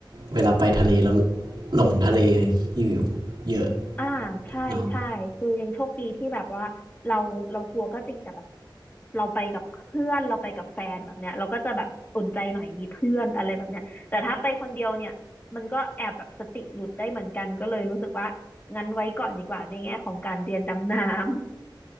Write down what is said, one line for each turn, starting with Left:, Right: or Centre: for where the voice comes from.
Right: เวลาไปทะเลแล้วหลงทะเลอยู่เยอะ
Left: อ่าใช่ใช่คือยังโชคดีที่แบบว่าเราเรากลัวก็จริงแต่แบบ
Right: เนาะ
Left: เราไปกับเพื่อนเราไปกับแฟนแบบเนี้ยเราก็จะแบบอุ่นใจหน่อยมีเพื่อนอะไรแบบเนี้ยแต่ถ้าไปคนเดียวเนี่ยมันก็แอบแบบสติหลุดได้เหมือนกันก็เลยรู้สึกว่างั้นไว้ก่อนดีกว่าในแง่ของการเรียนดำน้ำ